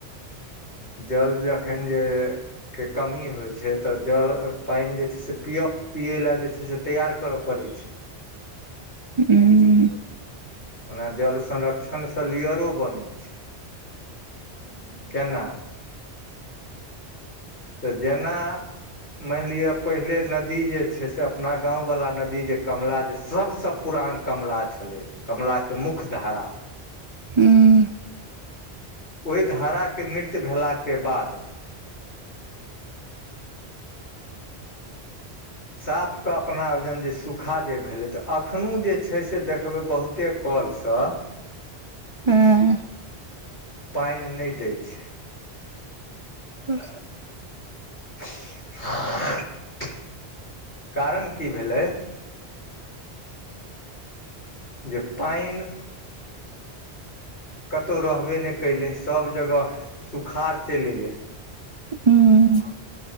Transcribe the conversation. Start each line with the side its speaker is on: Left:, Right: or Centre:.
Left: जल जखन जे के कमी होइ छै त ज पानि जे छै से पियप पियै ले जे छै से तैयार कर परैत छै।
Right: हूं उं
Left: ओना जल संरक्षणसं लेयरो बनै छै, केना? त जेना मानि लिअ पहिले नदी जे छै से अपना गाँंव वला नदी जे कमला जे सबसं पुरान कमला छलै, कमलाके मुख्य धारा।
Right: हुं
Left: ओइ धाराके मृत्य भेलाके बाद साफके अपना औरजन जे सुख खा जे भेलै त अखनो जे छै से देखबै बहुत्ते कल सं
Right: हुं
Left: पानि नै दै छै।
Right: हँ
Left: <unintelligible> कारण की भेलै? जे पानि कतौ रहबे नै कैलै, सब जगह सुखारौ चलि ऐलै।
Right: हुं